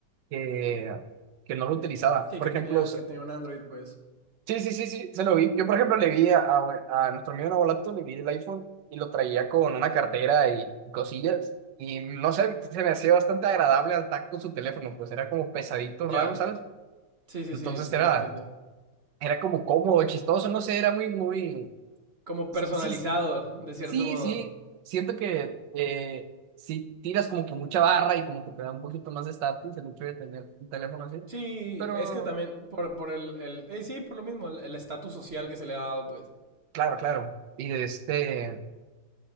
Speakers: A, on the right; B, on the right.
A: que, que no lo utilizaba.
B: Sí,
A: Por
B: que
A: ejemplo,
B: tenía,
A: s-
B: que tenía un Android, pues.
A: sí, sí, sí, sí, se lo vi. Yo, por ejemplo, le vi a, a, a nuestro amigo Nabolato, le vi el iPhone y lo traía con una cartera y cosillas. Y no sé, se me hacía bastante agradable al tacto su teléfono, pues era como pesadito,
B: Ya.
A: raro, ¿sabes?
B: Sí, sí,
A: Entonces
B: sí, entiendo,
A: era,
B: entiendo.
A: era como cómodo, chistoso, no sé, era muy, muy...
B: como personalizado,
A: Sí,
B: de cierto
A: Sí,
B: modo.
A: sí, siento que eh, si tiras como que mucha barra y como que te da un poquito más de estatus el hecho de tener un teléfono así.
B: Sí,
A: Pero,
B: es que también por, por el, el eh, sí, por lo mismo, el el estatus social que se le ha dado, pues.
A: claro, claro. Y de este,